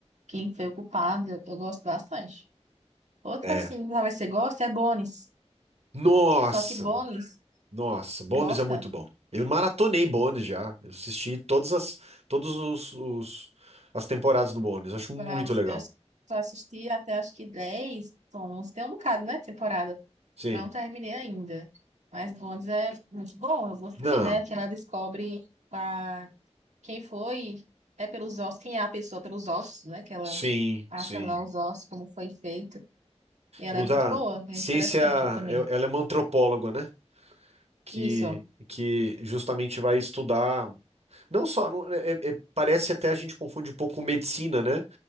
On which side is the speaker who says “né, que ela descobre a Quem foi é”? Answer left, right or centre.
Right